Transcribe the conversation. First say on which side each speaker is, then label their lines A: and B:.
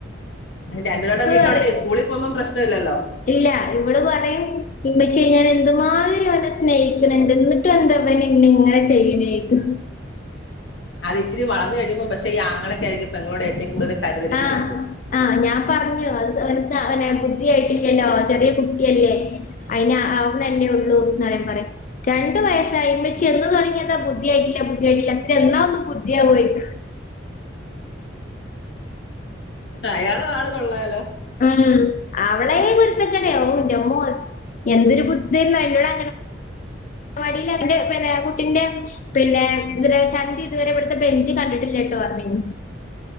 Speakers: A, on the left (about 75°); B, on the left (about 45°).
A: രണ്ട് പേരൂടെ വീട്ടിലോട്ടെ
B: പറയും
A: സ്കൂളിൽ പോകുമ്പം പ്രശ്നല്ലല്ലോ
B: ഇല്ല ഇവള് പറിം ഇമ്മച്യേ ഞാന് എന്തുമാതിരി ഓനെ സ്നേഹിക്ക്ണ് ണ്ട് ഇങ്ങ ങ്ങട്ടും എന്താ ഇവ നിന്നെ ഇങ്ങനെ ചെയ്യ്ണേ ചോയിക്കും.
A: അത് ഇച്ചിരി വളർന്ന് കഴിയുമ്പം പക്ഷേ ഈ ആങ്ങളക്കയിരിക്കും പെങ്ങളോട് ഏറ്റവും കൂടുതൽ. കരുതലും
B: ആഹ്
A: സ്നേഹവും
B: ആഹ് ഞാൻ പറഞ്ഞു <unintelligible> ബുദ്ധി ആയിട്ടില്ലല്ലോ. ചെറിയ കുട്ടിയല്ലേ അയിന് ആവണ് അല്ലെ ഉള്ളൂന്നറിമ്പം പറയും. രണ്ടു വയസ്സായി മ്മച്ചി എന്ന് തുടങ്ങി യതാ ബുദ്ധി ആയിട്ടില്ല ബുദ്ധി ആയിട്ടില്ല എന്നാ ഒന്ന് ബുദ്ധി ആവാന്ന് ചോയിക്കും.
A: അയാള് ആള് കൊള്ളാലോ.
B: ഉം അവളെ കുരുത്തക്കെട് ഔന്റെമ്മോ എന്തൊരു ബുദ്ധ്യേന്നോ അയ്നോട് അങ്ങനെ. തറവാടീലുണ്ട് പിന്നെ കുട്ടിന്റെ. പിന്നെത് വരെ ചന്തി ഇതുവരെ ഇവിടുത്തെ ബെഞ്ച് കണ്ടിട്ടില്ല ട്ടോ പറഞ്ഞിര്ന്നു.